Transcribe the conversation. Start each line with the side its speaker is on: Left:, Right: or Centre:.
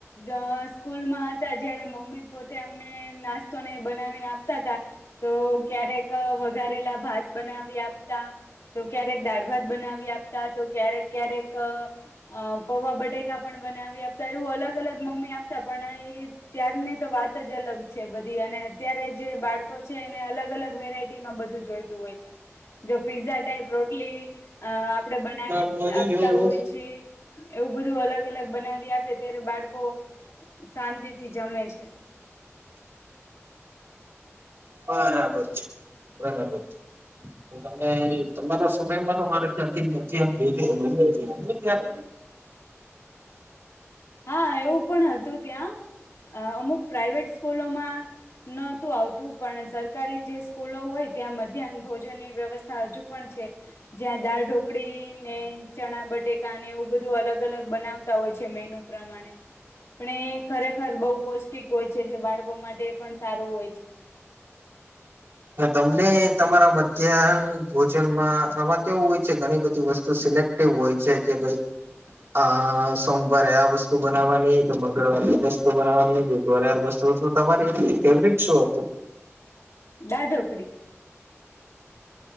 Left: અઅ સ્કૂલમાં હતા જ્યારે મમ્મી પોતે અમને નાસ્તોને બનાવીને આપતા તા. તો ક્યારેક અ ઘારેલા ભાત બનાવી આપતા, તો ક્યારેક દાળ. ભાત બનાવી આપતા તો ક્યારેક ક્યારેક અ પૌવા બટેકા પણ બનાવી આપતા, એવું અલગ અલગ મમ્મી આપતા પણ એ ત્યારની તો વાત જ અલગ છે બધી અને અત્યારે જે બાળકો છે એને અલગ અલગ વેરાયટીમાં બધું જોઈતું હોય છે. જો પીઝા ટાઈપ રોટલી. અ આપણેે બનાવી
Right: મળ્યો
Left: આપતા હોઈ છે. એવું બધું અલગ અલગ બનાવી આપે. ત્યારે બાળકો શાંતિ. થી જમે છે.
Right: બરાબર છે, બરાબર. છે તમે તમારા સમયમાં તો મારા ખ્યાલથી <unintelligible> ત્યાર
Left: હા એવું પણ હતું ત્યાં, અ અમુક પ્રાઈવેટ સ્કૂલોમાં નહોતું આવતું પણ સરકારી જે સ્કૂલો હોય ત્યાં મધ્યાહન ભોજનની વ્યવસ્થા હજુ પણ છે. જ્યાં દાળ ઢોકળી ને ચણા બટેકાને એવું બધું અલગ અલગ બનાવતા હોય છે મેનું પ્રમાણે, પણ એ ખરેખર બોઉ પૌષ્ટિક હોય છે જે બાળકો માટે પણ સારું હોય છે.
Right: હા, તમને તમારા મધ્યાહન ભોજનમાં આમાં કેવું હોય છે ઘણી બધી વસ્તુ સિલેક્ટિવ હોય છે. કે ભાઈ આ સોમવારે આ વસ્તુ બનાવવાની, તો મંગળવારે વસ્તુ બનાવવાની, બુધવારે આ વસ્તુ તો તમારી એમાંથી ફેવરેટ શો હતું?
Left: દાળ ઢોકળી.